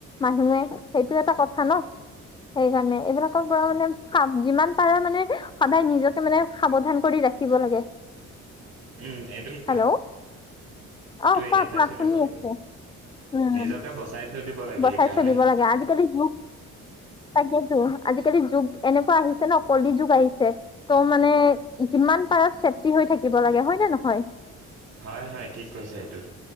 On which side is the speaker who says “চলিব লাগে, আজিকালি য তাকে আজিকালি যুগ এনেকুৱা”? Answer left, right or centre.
Left